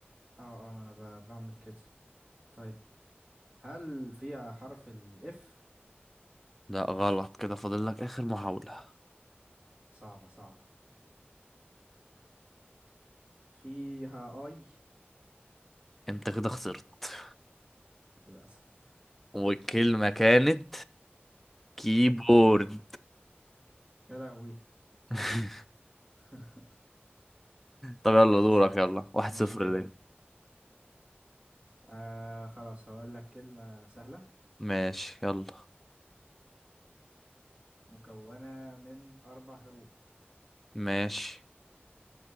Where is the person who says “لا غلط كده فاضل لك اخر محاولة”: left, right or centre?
Centre